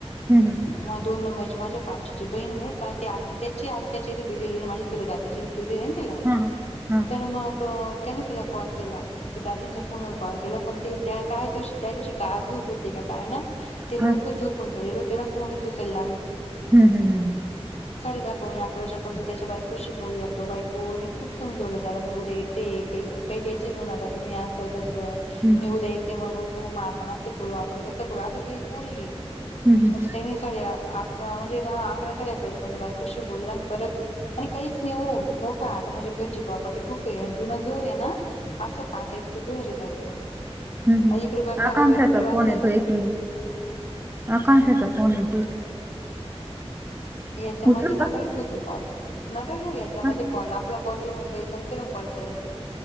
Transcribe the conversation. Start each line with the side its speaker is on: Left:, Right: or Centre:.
Right: हम् ह
Left: मग दोन नंबरचे माझ्या पाठशची बहीण आहे का ती आत्त्याची आत्त्याची ते दिलेली माझी चुलत आत्ताची दिलेलं आहे ना तिला
Right: हां, हां. हां,
Left: तर मग त्याने तिला कॉल केला त्या दाजींच्या फोनवर कॉल केला पण ते त्या काय दिवशी त्या दिवशी काळ झोप होती काय काय ना ते
Right: हां,
Left: लवकर झोपून गेलेले होते ना फोनच उचलला नाही.
Right: हम्म हम्म हम्म
Left: साडे दहा पावणे अकरा वाजेपर्यंत त्याच्या बायकोशी बोलला तो बायक हो नाही खूप समजवलं त्याला मी उद्या येते काही काही टेन्शन घेऊ नका तुम्ही असं तसं
Right: हं,
Left: मी उद्या येते मग बघू मग आपण असं करू आपण तसं करू असं ती बोलली
Right: हं, हं,
Left: पण त्याने साडे म्हणजे हा अकरा साडे अकराच्या पहिला बायकोशी बोलला आणि परत आणि काहीच नाही हो मोठा आता म्हणजे घरची प्रॉपर्टी खूप आहे जुनं घर हे ना असं पाटायचं घर आहे त्यांचं
Right: हम्म हम्
Left: आणि इकडे बंगला
Right: आकांक्षाचा
Left: वगैरे इकडे बांधलेला
Right: फोन येतोय
Left: आहे
Right: एक मिनिट आकांक्षाचा फोन येतोय
Left: याच्यामध्ये
Right: उचलू
Left: नका
Right: का?
Left: घेऊ तो कॉल नका घेऊ याच्यामध्ये
Right: का?
Left: कॉल आप ला कॉलही होऊन जाईल नंतरून कॉल केला जाईल.